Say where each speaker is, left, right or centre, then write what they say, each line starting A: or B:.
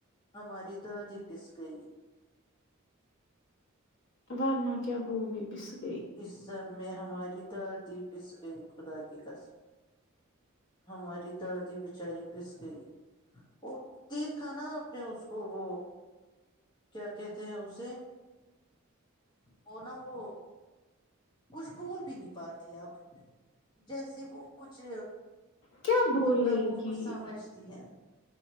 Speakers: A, on the left; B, on the left.
A: ہماری دادی پس گئی
B: ورنا کیا وہ بی پس <unintelligible>
A: اس سب میں ہماری دادی <unintelligible> پس گیی خدا کی کسم ہماری دادی بچاری پس گئی اور دیکھا نا آپ نے اس کو وہ کیا کہتے ہیں اسے وہ نا وہ کچھ بھول بھی نہیں پاتی اب جیسے وہ کچھ
B: کیا
A: کچھ
B: بولے
A: نہ وہ
B: گی
A: کچھ سمجھتی ہے